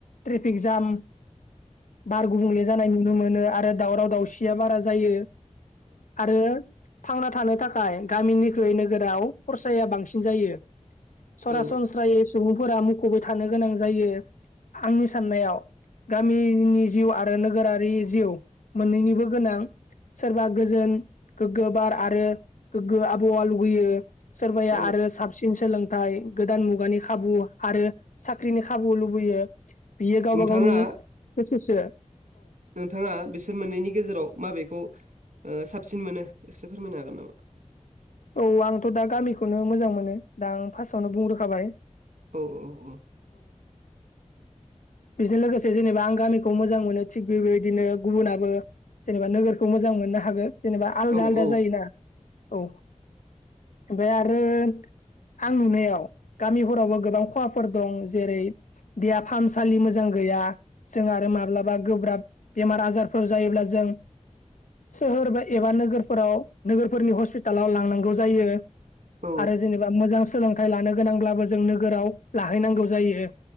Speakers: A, on the left (about 80°); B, on the right (about 80°).
A: ट्रेफिक जाम बार गुबुंले जानाय नुनो मोनो आरो दावराव दावसिया बारा जायो आरो थांना थानो थाखाय गामिनिख्रुइ नोगोराव खरसाया बांसिन सिन जायो सरासनस्रायै
B: औ
A: सुबुंफोरा मुखुबबो थानो गोनां जायो। आंनि साननायाव गामिनि जिउ आरो नोगोरारि जिउ मोननैनिबो गोनां सोरबा गोजोन गोग्गो बार आरो गोग्गो आबहावा लुबैयो सोरबाया
B: औ
A: आरो साबसिन सोलोंथाइ गोदान मुगानि खाबु आरो साख्रिनि खाबु लुबैयो बियो गावबा
B: नोंथाङा
A: गावनि गोसो सो।
B: नोंथाङा बिसोर मोननैनि गेजेराव माबेखौ ओ साबसिन मोनो एसे फोरमायनो हागोन नामा।
A: औ आंथ' दा गामिखौनो मोजां मोनो दा आं फार्स्टआवनो बुंग्रोखाबाय
B: औ औ औ
A: बेजों लोगोसे जेनेबा आं गामिखौ मोजां मोनो थिग बेबायदिनो गुबुनाबो जेनेबा नोगोरखौ मोजां मोननो हागोन जेनेबा आलदा
B: औ
A: आलदा
B: औ
A: जायोना औ। ओमफ्राय आरो आं नुनायाव गामिफोरावबो गोबां खहाफोर दं जेरै देहा फाहामसालि मोजां गैया जों आरो माब्लाबा गोब्राब बेमार आजारफोर जायोब्ला जों सोहोर बा एबा नोगोरफोराव नोगोरफोरनि हस्पि लाव लांनांगौ जायो
B: औ
A: आरो जेनेबा मोजां सोलोंथाइ लानो गोनांब्लाबो जों नोगोराव लाहैनांगौ जायो